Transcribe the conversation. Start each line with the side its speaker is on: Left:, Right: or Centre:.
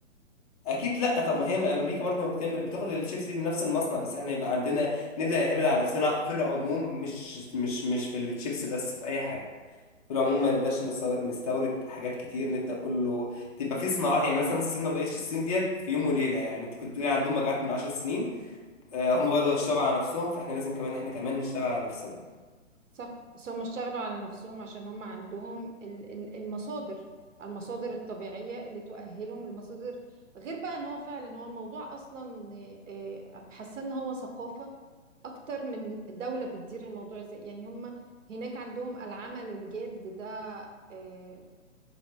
Left: اكيد لا طب ما هي ما امريكا برضه ما بتعمل بتاخد الشيبس دي من نفس المصنع بس احنا يبقى عندنا نبدا نعتمد على نفسنا في العموم مش مش مش في الشيبس بس في اي حاجه في العموم ما نقدرش نستور- نستورد حاجات كتير نبدا كله تبقى في صناعات يعني مثلا الصين ما بقتش الصين ديت في يوم وليله يعني انت كنت بتقولي عندهم مجاعات من 10 سنين آه، هم بداوا يشتغلوا على نفسهم فاحنا لازم كمان احنا كمان نشتغل على نفسنا
Right: صح بس هم اشتغلوا على نفسهم عشان هم عندهم ال- ال- المصادر المصادر الطبيعية اللي تؤهلهم المصادر غير بقى ان هو فعلا هو الموضوع اصلا آه، حاسه ان هو ثقافة اكتر من دولة بتدير الموضوع زي يعني هم هناك عندهم العمل الجاد ده آه،